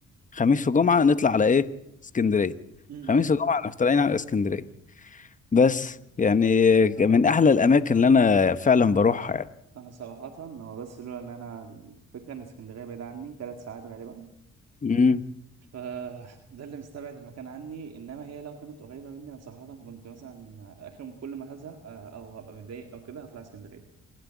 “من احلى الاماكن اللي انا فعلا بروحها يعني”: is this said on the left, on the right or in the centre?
Left